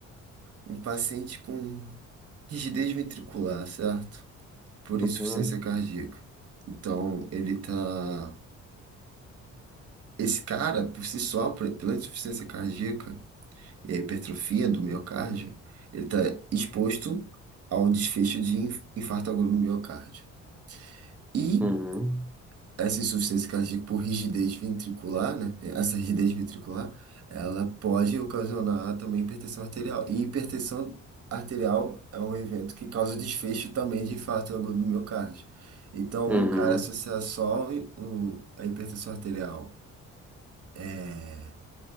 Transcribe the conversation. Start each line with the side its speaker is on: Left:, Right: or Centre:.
Right: um paciente com rigidez ventricular, certo? por
Centre: Uhum,
Right: insuficiência cardíaca. Então, ele tá. Esse cara, por si só, por- pela insuficiência cardíaca e a hipertrofia do miocárdio, ele tá exposto a um desfecho de inf- infarto agudo no miocárdio. E
Centre: uhum,
Right: essa insuficiência cardíaca por rigidez ventricular, né? Essa rigidez ventricular, ela pode ocasionar também hipertensão arterial. E hipertensão arterial é um evento que causa desfecho também de infarto agudo do miocárdio. Então,
Centre: uhum.
Right: o cara associar só o, a hipertensão arterial é,